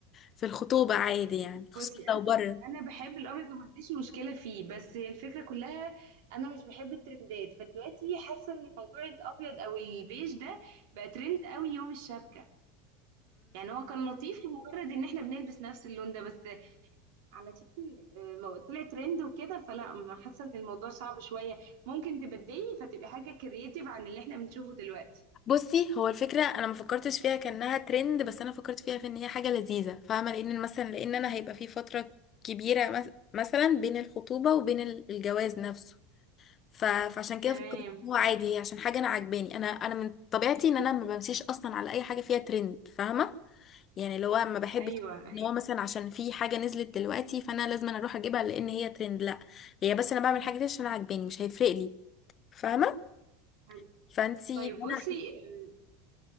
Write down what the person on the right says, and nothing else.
بصي انا
انا بحب الابيض وما عنديش مشكله فيه بس هي الفكره كلها انا مش بحب الترندات فدلوقتي حاسه ان موضوع الابيض او البيج ده بقى ترند قوي يوم الشبكه يعني هو كان لطيف لمجرد ان احنا بنلبس نفس اللون ده بس علشان آه، ما- طلع ترند وكده فلا ما حاسه ان الموضوع صعب شويه ممكن تبدلي فتبقي حاجه كرييتيف عن اللي احنا بنشوفه دلوقتي
تمام
ايوه ايوه
حلو.
طيب
بصي آه،